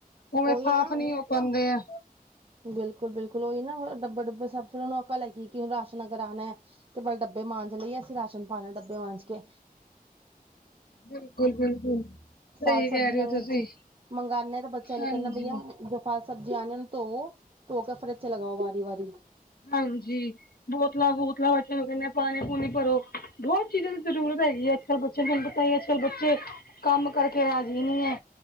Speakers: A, on the left; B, on the right.
A: ਉਵੇਂ
B: ਉਹੀ
A: ਸਾਫ਼
B: ਨਾ
A: ਨਹੀਂ ਉਹ ਪਾਉਂਦੇ ਆ।
B: ਬਿਲਕੁਲ ਬਿਲਕੁਲ ਉਹੀ ਨਾ ਡੱਬੇ ਡੁੱਬੇ ਸਾਫ਼ ਕਰਾਏ ਕਿ ਰਾਸ਼ਨ ਹੁਣ ਅਗਰ ਆਉਣਾ ਹੈ। ਤੇ ਪਹਿਲੇ ਡੱਬੇ ਮਾਂਜ ਲਈਏ ਯਾ ਫੇਰ ਰਾਸ਼ਨ ਪਾਣਾ ਡੱਬੇ ਮਾਂਜ ਕੇ।
A: ਬਿਲਕੁਲ ਬਿਲਕੁਲ।
B: ਫ਼ਲ
A: ਸਹੀ
B: ਸਬਜ਼ੀਆਂ
A: ਕਹਿ ਰਹੇ ਹੋ
B: ਵੀ
A: ਤੁਸੀਂ
B: ਅਸੀਂ ਮੰਗਾਨੇ ਹਾਂ ਤਾਂ ਬੱਚਿਆਂ ਨੂੰ
A: ਹਾਂਜੀ
B: ਕਹਿੰਦੇ ਬਈਆ ਜੋ ਫਲ ਸਬਜ਼ੀ ਆਣੇ ਉਹਨੂੰ ਧੋਵੋ ਤੇ ਫਰਿਜ ਚ ਲਗਾਓ ਵਾਰੀ ਵਾਰੀ।
A: ਹਾਂਜੀ ਬੋਤਲਾਂ ਬੂਤਲਾਂ ਬਚੇ ਨੂੰ ਕਹਿੰਦੇ ਹਾਂ ਪਾਣੀ ਪੂਣੀ ਭਰੋ। ਬਹੁਤ ਚੀਜ਼ਾਂ ਦੀ ਜ਼ਰੂਰਤ ਹੈਗੀ ਹੈ ਅੱਜ ਕੱਲ ਬੱਚੇ ਤੁਹਾਨੂੰ ਪਤਾ ਹੀ ਅੱਜ ਕੱਲ੍ਹ ਬੱਚੇ ਕੰਮ ਕਰਕੇ ਰਾਜੀ ਨੀ ਹੈ